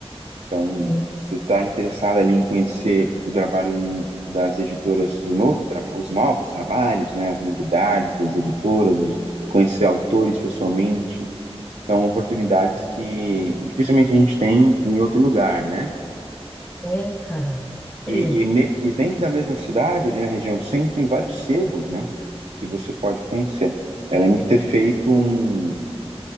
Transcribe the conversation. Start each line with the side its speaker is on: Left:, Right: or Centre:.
Right: Então,
Left: Hum,
Right: se está interessado ali em conhecer o trabalho das editoras, o novo tra- os novos trabalhos, né, as novidades das editoras, os- conhecer autores pessoalmente, então oportunidades que dificilmente a gente tem em outro lugar, né?
Left: É, cara. Por
Right: E,
Left: exemplo,
Right: e, me- e dentro da mesma cidade, ali na região do centro, tem vários sebos, né? Que você pode conhecer. Eu lembro de ter feito um,